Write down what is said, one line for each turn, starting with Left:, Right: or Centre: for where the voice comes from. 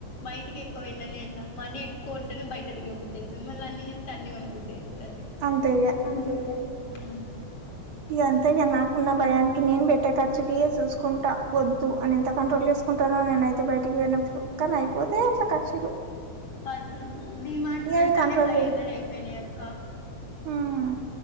Left: బైటిక్ ఎక్కువ వెళ్ళనే వెళ్ళం మనీ ఎక్కువుంటేనే బైట తిరగ బుద్ధయ్తుంది మళ్ళ అన్ని జూత్తే అన్ని కొన బుద్ధయ్తది అట్ల
Right: అంతే ఇగ
Left: తే ఉమ్
Right: ఇగ అంతేగ నాకున్న బయాన్కి నేన్ బెట్టే ఖర్చుకియ సూస్కుంటా వద్దు అని ఇంత కంట్రోల్ జేస్ కుంటనో నేనైతే బైటికి బోయినప్పుడు కానైపోతయ్ అట్ల కర్చులు
Left: కర్చుల్ డీ మార్ట్ కెళ్తానే
Right: అవి కంట్రోల్
Left: ఫైవ్ అండ్రెడ్ ఐపోయినయ్ అక్కా
Right: హుమ్